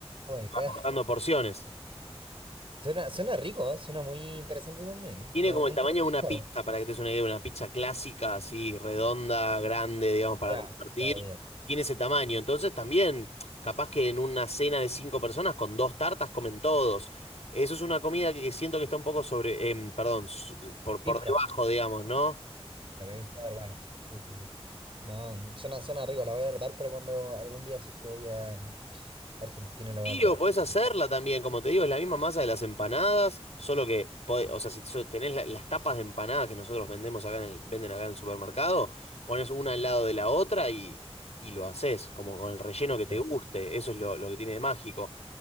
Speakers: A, on the right (about 55°); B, on the left (about 85°).
A: Oh my God.
B: Cortando porciones.
A: Suena, suena rico, ¿eh? Suena muy interesante también.
B: Tiene
A: No,
B: como
A: nunca
B: el tamaño
A: lo he
B: de una
A: escuchado.
B: pizza, para que te des una idea, una pizza clásica, así, redonda, grande, digamos, para
A: Ya,
B: compartir.
A: ya, ya.
B: Tiene ese tamaño. Entonces también, capaz que en una cena de cinco personas, con dos tartas comen todos. Eso es una comida que siento que está un poco sobre, em, perdón, su- por, por
A: Infra.
B: debajo, digamos, ¿no?
A: La Ninfa de Orlando. Sí, sí, sí. No, suena, suena rico, la voy a anotar para cuando algún día sí que voy a mm, Argentina la voy
B: Sí,
A: a probar.
B: o podés hacerla también, como te digo, es la misma masa de las empanadas, solo que, pode- o sea, si so- tenés la- las tapas de empanadas que nosotros vendemos acá en el, venden acá en el supermercado, pones una al lado de la otra y, y lo haces, como con el relleno que
A: Ya.
B: te guste, eso es lo, lo que tiene de mágico.